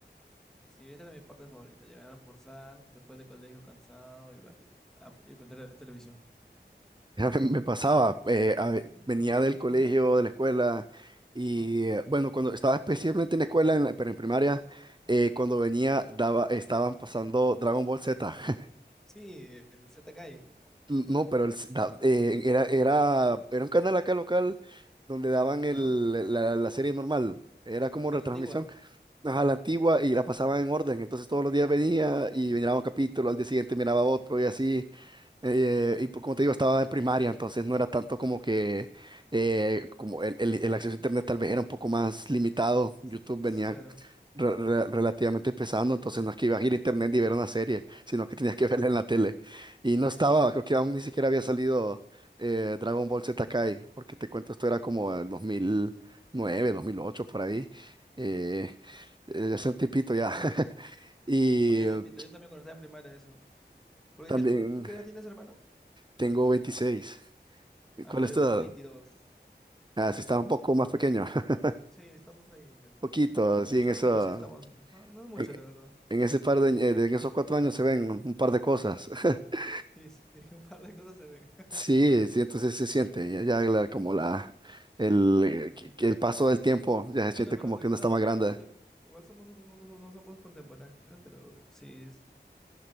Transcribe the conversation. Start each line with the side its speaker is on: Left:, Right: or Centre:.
Centre: Sí, esa era mi parte favorita, llegar a almorzar después de colegio cansado y ver a- y prender la televisión.
Right: Ya <laughs> Me pasaba, eh, a ve-
Centre: ¿Sí?
Right: venía del colegio,
Centre: ¿Tú?
Right: de la escuela, y
Centre: ¿No?
Right: eh, bueno, cuando estaba especialmente en la escuela, en la- pero en primaria, eh, cuando venía, daba, estaban pasando Dragon Ball Z. <laughs>
Centre: Sí, el ZKI,
Right: No, pero el s- da- eh, era, era, era un canal acá local donde daban
Centre: ¿no?
Right: el, la, la serie normal, era como
Centre: A
Right: retransmisión,
Centre: la antigua.
Right: ajá la antigua, y la pasaban en orden, entonces todos los días venía y miraba un capítulo, al día siguiente miraba otro y así. Eh, y por- como te digo, estaba en primaria, entonces no era tanto como que eh, como el, el- el acceso a internet tal vez era un poco más limitado.
Centre: Este,
Right: YouTube
Centre: sí,
Right: venía
Centre: Claro,
Right: re- re- relativamente empezando, entonces no es que ibas a ir a internet y ver una serie, sino que tenías que verla en la tele. Y no estaba,
Centre: sí.
Right: creo que aún ni siquiera había salido eh, Dragon Ball Z Kai, porque te cuento, esto era como el dos dos mil nueve dos mil ocho por ahí. Eh, eh, hace un tiempito ya. <laughs> Y
Centre: Sí, ya
Right: eh,
Centre: te invito. Yo también cuando estaba en primaria eso. Porque
Right: también
Centre: qué, ¿tú, tú qué edad tienes, hermano?
Right: tengo veintiséis
Centre: Ah,
Right: ¿Cuál
Centre: mira,
Right: es
Centre: yo
Right: tu
Centre: tengo
Right: edad?
Centre: veintidós
Right: Ah, sí, estaba un poco más pequeño, <laughs> un
Centre: Sí, estamos ahí casi.
Right: poquito,
Centre: No, no mucho,
Right: sí, en eso,
Centre: pero sí estamos ahí. Ah, No, es mucho,
Right: en,
Centre: la verdad.
Right: en ese par de, eh, de- en esos cuatro años se ven un par de cosas. <laughs>
Centre: Sí, sí, <laughs> un par de cosas se ven.
Right: Sí,
Centre: <laughs>
Right: sí, entonces se siente, ya, ya la- como la, el, eh,
Centre: Ajá.
Right: que- que el paso del tiempo, ya se
Centre: Bueno,
Right: siente
Centre: pero
Right: como
Centre: recordamos,
Right: que uno está más
Centre: algo,
Right: grande.
Centre: te- te- igual somos, un- no, no- no somos contemporáneos, pero sí, es-